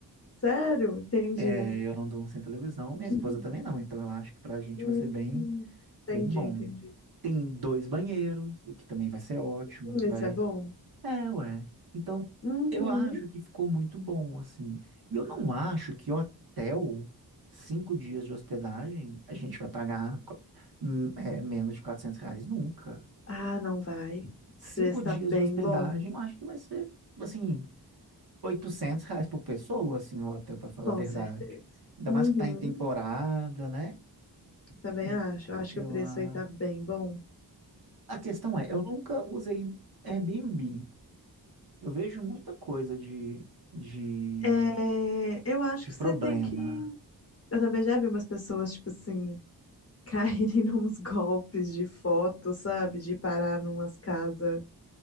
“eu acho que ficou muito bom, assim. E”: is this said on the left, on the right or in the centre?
Right